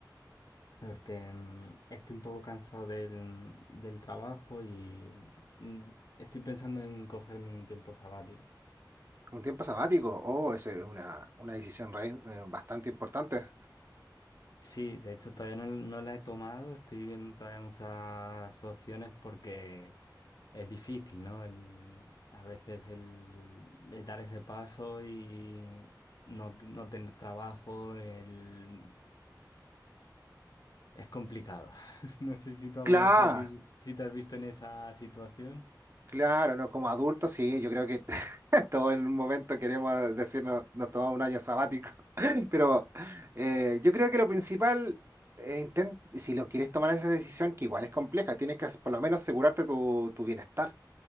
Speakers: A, on the left; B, on the right.
A: Porque mm, estoy un poco cansado del, del trabajo y mm, estoy pensando en cogerme un tiempo sabático.
B: un tiempo sabático. Oh, esa es una, una decisión re- eh, bastante importante.
A: Sí, de hecho todavía no, no la he tomado, estoy viendo todavía muchas opciones porque es difícil, ¿no? El- a veces el, el dar ese paso y no, no tener trabajo el- es complicado. <laughs> No sé si tú alguna
B: Claro,
A: vez te has, vi- si te has visto en esa situación.
B: claro, ¿no? Como adultos, sí, yo creo que <laughs> todos en un momento queremos decirnos, nos tomamos un año sabático. <laughs> Pero eh, yo creo que lo principal, eh, inten- si lo quieres tomar esa decisión, que igual es compleja, tienes que as- por lo menos asegurarte tu, tu bienestar.